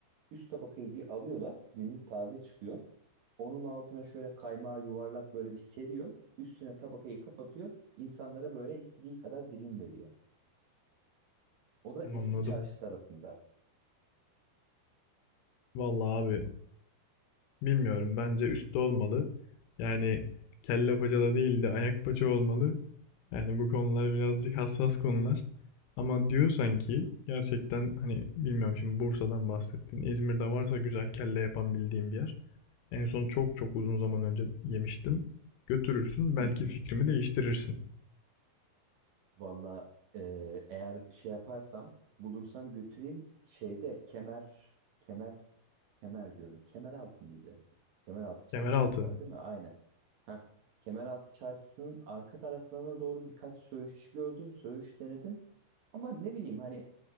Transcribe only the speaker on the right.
Üst tabakayı bir alıyorlar. Günlük taze çıkıyor. Onun altına şöyle kaymağı yuvarlak böyle bir seriyor. Üstüne tabakayı kapatıyor. İnsanlara böyle istediği kadar dilim veriyor. O da eski
çarşı tarafında.
Hı hı.
Valla e, eğer şey yaparsam bulursam götüreyim şeyde kemer kemer kemer diyorum. Kemeraltı mıydı? Kemeraltı çarşısı
diyorlar değil mi? Aynen. Heh. Kemeraltı çarşısının arka taraflarına doğru birkaç söğüşçü gördüm. Söğüş denedim. Ama ne bileyim hani